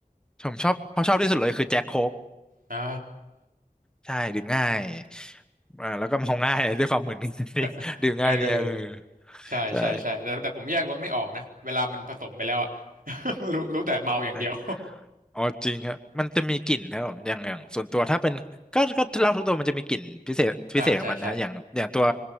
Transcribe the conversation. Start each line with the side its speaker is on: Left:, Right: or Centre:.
Centre: ผมชอบเพราะชอบที่สุดเลยคือแจ็คโค้ก
Right: อ่า
Centre: ใช่ดื่มง่ายอ่าแล้วก็เมาง่า <laughs> ยด้วยความเหมอนนี่ <laughs>
Right: <laughs>
Centre: ดื่มง่ายเนี่ยเออ
Right: เออใช่ใช่ใช่แต่แต่ผมแยกรสไม่ออกนะเวลามันผสมไปแล้วอะ
Centre: ใช่
Right: <laughs> รู้รู้แต่เมาอย่างเดียว
Centre: ใช่อ๋อจริงครับมันจะมีกลิ่นครับผมอย่างอย่างส่วนตัวถ้าเป็นก็ก็เหล้าทุกตัวมันจะมีกลิ่นพิเศษพิเศษของมันนะอย่างอย่างตัว
Right: <laughs> อ่าใช่ใช่